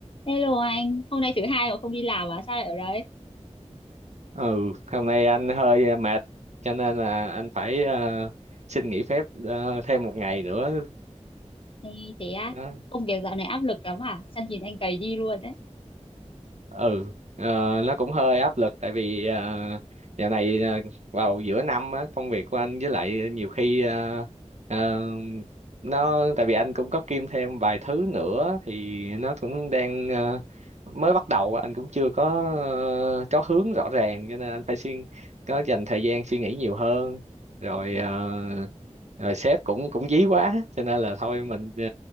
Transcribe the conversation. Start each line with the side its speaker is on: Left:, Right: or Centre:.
Left: Hello anh, hôm nay thứ hai mà không đi làm à? Sao lại ở đấy?
Right: ừ hôm nay anh hơi à, mệt cho nên là anh phải à, xin nghỉ phép à, thêm một ngày nữa
Left: Thế, thế á,
Right: đó
Left: công việc dạo này áp lực lắm à? Sao nhìn anh gầy đi luôn đấy.
Right: ừ ờ, nó cũng hơi áp lực tại vì ờ, dạo này ờ, vào giữa năm á, công việc của anh với lại nhiều khi ờ, ờ, nó tại vì anh cũng có kiêm thêm vài thứ nữa thì nó cũng đang ờ, mới bắt đầu anh cũng chưa có ờ, có hướng rõ ràng cho nên anh phải suy có dành thời gian suy nghĩ nhiều hơn rồi
Left: Ờ,
Right: ờ, rồi sếp cũng cũng dí quá cho nên là thôi mình ờ,